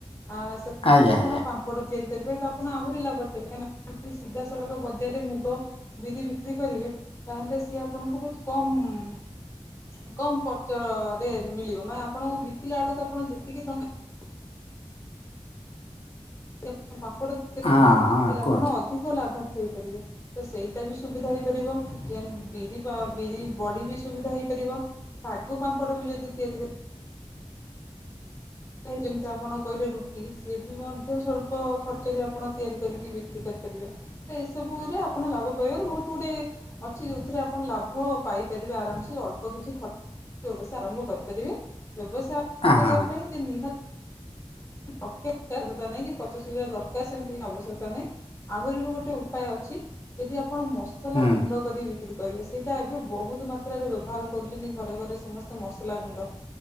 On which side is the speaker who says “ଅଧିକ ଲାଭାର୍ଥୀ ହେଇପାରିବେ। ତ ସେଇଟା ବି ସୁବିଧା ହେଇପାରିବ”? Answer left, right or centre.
Left